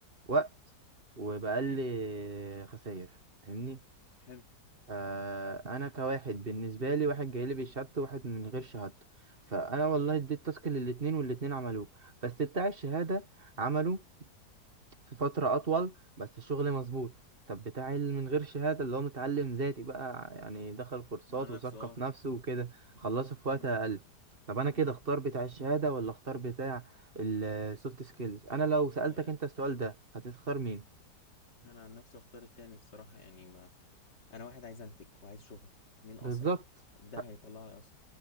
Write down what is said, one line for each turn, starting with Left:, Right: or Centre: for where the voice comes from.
Right: وقت وبأقل
Left: أمم،
Right: خسائر فاهمني
Left: حلو
Right: فأنا كواحد بالنسبة لي واحد جاي لي بشهادته وواحد من غير شهادته فأنا والله اديت تاسك للاتنين والاتنين عملوه بس بتاع الشهادة عمله في فترة أطول بس الشغل مظبوط طب بتاع اللي من غير شهادة اللي هو متعلم ذاتي بقى يعني دخل كورسات
Left: مع نفسه
Right: وثقف
Left: اه
Right: نفسه وكده خلصه في وقت
Left: امم
Right: أقل طب أنا كده
Left: امم
Right: أختار بتاع الشهادة ولا أختار بتاع السوفت سكيلز أنا لو سألتك
Left: يعني
Right: أنت السؤال ده هتختار مين
Left: انا عن نفسي اختار التاني الصراحه يعني انا واحد عايز انتج وعايز شغل مين اسرع
Right: بالظبط
Left: ده
Right: ه-
Left: هيطلع لي اسرع